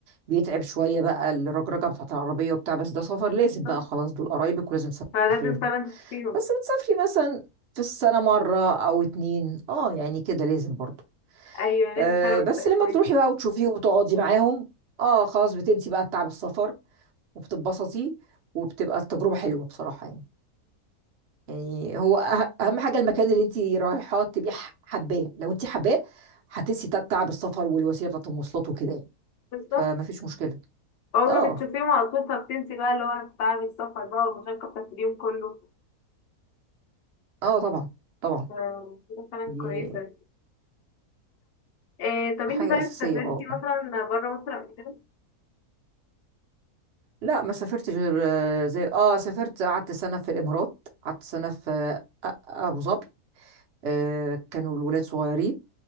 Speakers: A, on the right; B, on the left.
A: بيتعب شويه بقى الرجرجه بتاعت العربيه وبتاع بس ده سفر لازم
B: بالظبط.
A: بقى خلاص دول قرايبك ولازم تسافري
B: فلازم
A: لهم
B: فعلا تشوفيهم
A: بس بتسافري مثلا في السنه مره او اتنين اه يعني كده لازم برضو
B: ايوه لازم
A: أه
B: فعلا
A: بس
B: متبقاش
A: لما
B: معاكي
A: بتروحي بقى وتشوفيه وتقعدي معاهم اه خلاص بتنسي بقى تعب السفر وبتتبسطي وبتبقى التجربة حلوة بصراحة يعني يعني هو أه- أهم حاجة المكان اللي أنت رايحة تبقي ح- حباه لو أنت حباه هتنسي ت- تعب السفر والوسيلة بتاعت المواصلات وكده يعني
B: بالظبط
A: فما فيش مشكلة
B: اول
A: اه
B: ما بتشوفيهم على طول فبتنسي بقى اللي هو تعب السفر بقى والمشقه بتاعت اليوم كله
A: اه طبعا طبعا
B: ف- كده فعلا
A: دي
B: كويسه إيه طب
A: حاجة
B: انتي طيب
A: أساسية
B: سافرتي
A: اه
B: مثلا
A: آه.
B: بره مصر قبل كده
A: لا ما سافرتش غير آه، زي اه سافرت قعدت سنة في الإمارات قعدت سنة في آه، أ- أبو ظبي آه كانوا الولاد صغيرين